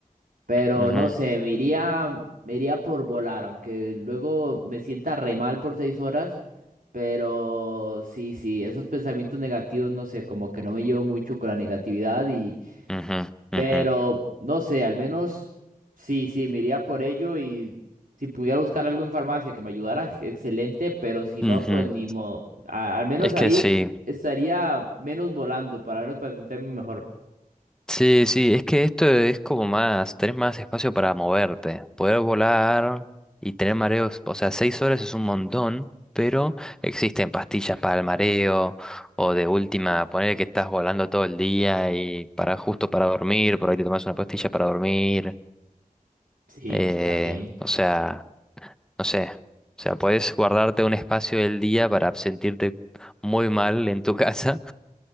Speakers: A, on the right (about 70°); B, in the centre.
A: Pero
B: Ujú,
A: no sé, me iría, me iría por volar, aunque luego me sienta re mal por seis horas. Pero sí, sí, esos pensamientos negativos, no sé, como que no me llevo mucho con la negatividad y,
B: ujú,
A: Pero
B: ujú,
A: no sé, al menos sí, sí, me iría por ello y si pudiera buscar algo en farmacia que me ayudara, ex- excelente, pero si
B: ujú.
A: no, pues ni modo. A- al menos
B: Es
A: ahí
B: que sí.
A: Sí. estaría menos volando, para al menos para sentirme mejor.
B: Sí, sí, es que esto es como más, tenés más espacio para moverte, poder volar y tener mareos, o sea, seis horas es un montón, pero existen pastillas para el mareo, o de última, poner que estás volando todo el día y para justo para dormir, por ahí te tomas una pastilla para dormir,
A: Sí,
B: eh,
A: también.
B: o sea, no sé, o sea, puedes guardarte un espacio del día para sentirte muy mal en tu <laughs> casa